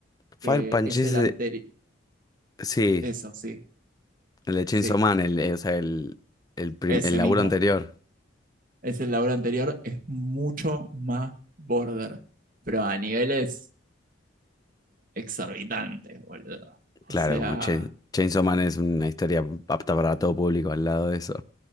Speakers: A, on the left; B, on the right.
A: Fire
B: que
A: Punch
B: es
A: ese,
B: el anterior.
A: sí,
B: Eso, sí,
A: el de Chainsaw
B: sí,
A: Man, el, eh, o sea, el, el, prim-
B: ese
A: el laburo
B: mismo.
A: anterior.
B: Es el labor anterior, es mucho más border, pero a niveles exorbitantes, boludo.
A: Claro,
B: O sea,
A: como Chain- Chainsaw Man es una historia apta para todo público al lado de eso.